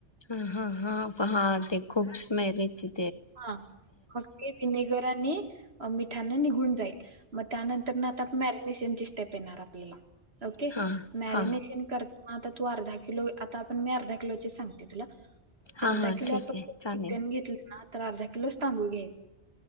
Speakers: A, on the left; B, on the right.
A: हा हा हा प हा ते खूप स्मेल येती
B: हा मग ते विनेगर आणि अ मिठाने निघून जाईल मग त्या नंतर ना आता मॅरेनिशन ची स्टेप येणार आपल्याला ओके
A: हा
B: मॅरेनिशन
A: हा
B: कर आता तू अर्धा किलो आता आपण मी अर्धा किलो ची सांगते तुला
A: हा
B: अर्धा
A: हा
B: किलो
A: ठीक
B: आपण
A: आहे चालेल
B: चिकन घेतलं ना तर अर्धा किलोच तांदूळ घ्यायच